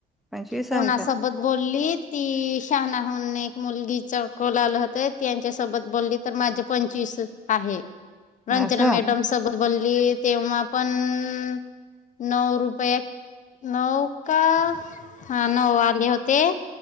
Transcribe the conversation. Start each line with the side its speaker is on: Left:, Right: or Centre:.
Centre: पंचवीस
Left: कोणासोबत
Centre: आहे का
Left: बोलली ती शहाणाहून एक मुलगीचा कॉल आल होत त्यांच्या सोबत बोलली तर माझे पंचवीस आहे. रंजना
Centre: असं
Left: मॅडम सोबत बोली तेव्हा पण नऊ रुपया नऊ का हा नऊ आले होते.